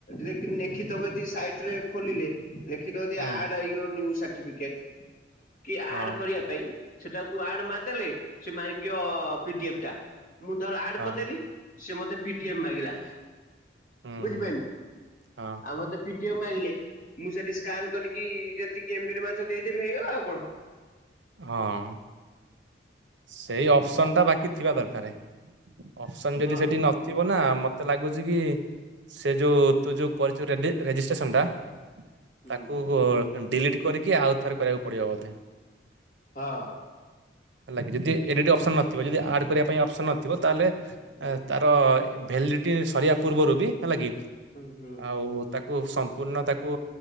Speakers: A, on the left; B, on the right.
A: ରେ ନେଖିଥବ ଯିଏ ସାଇଟିରେ ଖୋଲିଲେ ଲେଖିଦବ ଯଦି
B: ହୁଁ
A: ଆଡ ୟୋର ନିଉ ସାର୍ଟିଫିକେଟ୍। କି ଆଡ
B: ହଁ
A: କରିବା ପାଇଁ ସେଟାକୁ ଆଡ ମାରିଦେଲେ ସେ ମାଗିବ ପିଡିଏଫଟା। ମୁଁ ତୋର ଆଡ୍
B: ହଁ
A: କରିଦେଲି ସେ ମତେ ପିଡିଏଫ୍ ମାଗିଲା।
B: ହୁଁ
A: ବୁଝିପାଇଲୁ
B: ହୁଁ ହଁ
A: ଆଉ ମତେ ପିଡିଏଫ୍ ମାଗିଲେ ମୁଁ ସେଠି ସ୍କାନ କରିକି ଯେତିକି ଏମ୍ବି ନବା କଥା ଦେଇଦେ‌ମି ହେଇଗଲା ଆଉ କଣ।
B: ହଁ ସେଇ ଅପସନ୍ ଟା ବାକି ଥିବା ଦରକାର। ଅପସନ୍ ଯଦି
A: ହଁ
B: ସେଟି ନ ଥିବ ନା ମତେ ଲାଗୁଚି କି ସେ ଯୋଉ ତୁ ଯୋଉ କରିଚୁ ରେଡି ରେଜିଷ୍ଟ୍ରେସନଟା
A: ହୁଁ
B: ତାକୁ ଡିଲିଟ୍ କରିକି ଆଉ ଥରେ କରିବାକୁ ପଡିବ ବୋଧେ।
A: ହ।
B: ହେଲାକି ଯଦି ଏଡିଟ୍ ଅପସନ୍ ନଥିବ ଯଦି ଆଡ୍ କରିବା ପାଇଁ ଅପସନ୍ ନଥିବ ତାହେଲେ
A: ହୁଁ
B: ତା ତ ଭେଲିଡିଟି ସରିବା ପୂର୍ବରୁ ବି ହେଲା କି
A: ହୁଁ ହୁଁ
B: ଆଉ ତାକୁ ସମ୍ପୂର୍ଣ୍ଣ ତାକୁ